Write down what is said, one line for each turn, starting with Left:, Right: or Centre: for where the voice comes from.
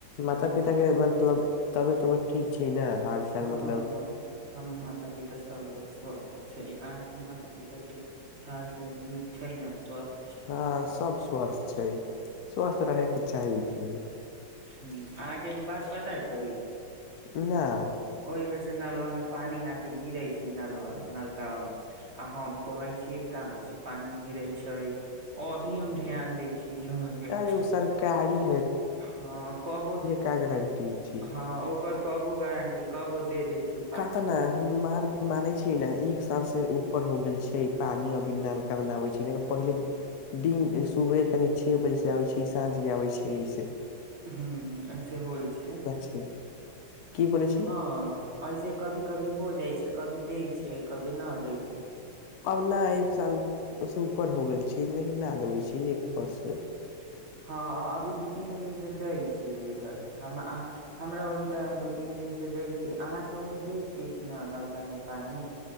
Left: माता
Right: सब
Left: पिता
Right: लोग
Left: के मतलब तबियत ठीक छै ने हाल चाल
Right: हँ
Left: मतलब
Right: हम हम माता पिता सभ लोग स्वस्थ छै अहाँके माता पिता कि हाल सब नीक छै ने स्वास्थ '
Left: हँ सब स्वस्थ छै स्वस्थ रहयके चाही भी
Right: अहाँके एगो बात पता छै
Left: नहि
Right: ओहि बेर से नलबा मे पानी आके गिरे छै नलबा नलका मे हम कहै छी कहाँ से पानी गिरे छै अभी हम ध्यान दै छीये नहर मे
Left: अरे उ सरकारी
Right: हँ कबो
Left: क गरंटी छी
Right: हँ
Left: <unintelligible>
Right: ओकर कबो गारंटी कबो दे दै छी
Left: कतना हम माँग मानै छै ने एक साल से ऊपर हो गेल छै पानी अभी नलका न नाबै छै पहिले दिन सुबहे खनि छे बजे से आबै छै साँझ के आबै छै एहिसँ
Right: हुँ ऐसे होइ छै
Left: छै की बोलै छै
Right: हँ ऐसे कभी कभी हो जाइ छै कभी दै छै कभी न दै छै
Left: अब न एक सालसँ ऊपर हो गेल छै लेकिन न देबै छै एक वर्ष
Right: हँ अभी दू तीन दिन से दै छै इधर हम हमरा ओड़ तऽ दू तीन दिन से दै छै अहाँके ओड़ी दै छै कि न नलकामे पानि